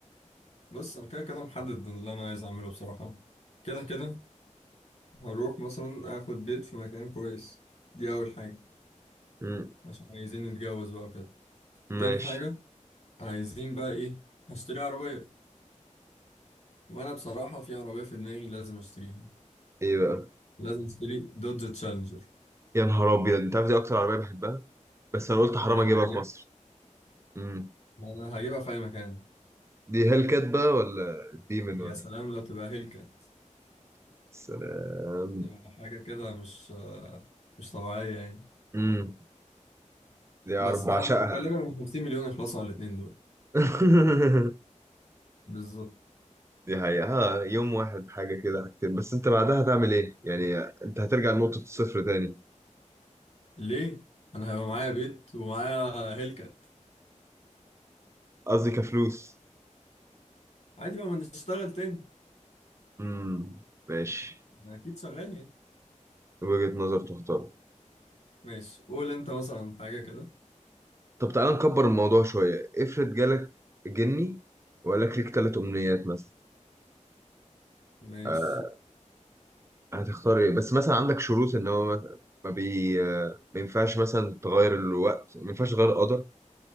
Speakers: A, on the left (about 60°); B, on the right (about 20°).
A: بص انا كده كده محدد اللي انا عايز اعمله بصراحة كده كده هروح مثلا اخد بيت في مكان كويس دي اول حاجة
B: مم.
A: عشان عايزين نتجوز بقى وكده تاني
B: ماشي
A: حاجة عايزين بقى ايه هشتري عربية وانا بصراحة في عربية في دماغي لازم اشتريها
B: ايه بقى
A: لازم اشتري دوج تشالنجر
B: يا نهار ابيض انت عارف دي اكتر عربيه بحبها بس انا قلت حرام
A: بجد
B: اجيبها في مصر مم.
A: والله انا هجيبها في اي مكان
B: دي هيل كات بقى ولا ديمن
A: يا
B: ولا
A: سلام
B: إيه؟
A: لو تبقى هيلكات
B: السلام
A: تبقى حاجة كده مش مش طبيعية يعني
B: امم دي عرب
A: بس
B: بعشقها
A: فانا غالبا 50 مليون يخلصوا على الاثنين دول
B: <laughs>
A: بالظبط
B: دي حقيقة ها يوم واحد حاجة كده حاجتين بس انت بعدها هتعمل ايه؟ يعني انت هترجع لنقطة الصفر تاني
A: ليه انا هيبقى معايا بيت ومعايا هيلكات
B: قصدي كفلوس
A: عادي بقى ما نشتغل تاني
B: امم ماشي
A: أنا اكيد شغال يعني
B: وجهة نظر تختار
A: ماشي قول انت مثلا حاجه كده
B: طب تعالى نكبر الموضوع شوية افرض جالك جني وقال لك ليك تلات أمنيات مثلا
A: ماشي
B: آه، هتختار ايه؟ بس مثلا عندك شروط ان هو مث- ما بي ما ينفعش مثلا تغير الوقت ما ينفعش تغير قدر